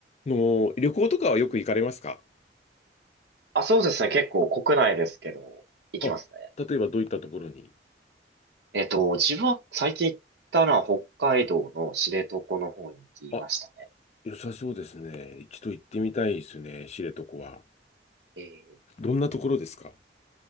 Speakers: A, on the left (about 40°); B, on the right (about 70°).
A: の、旅行とかはよく行かれますか
B: あ、そうですね。結構国内ですけど、行きますね。
A: あ、例えばどういったところに
B: えっと、自分は最近行ったのは北海道の知床の方に行きましたね。
A: あ、良さそうですね。一度行ってみたいですね、知床は。
B: えー
A: どんなところですか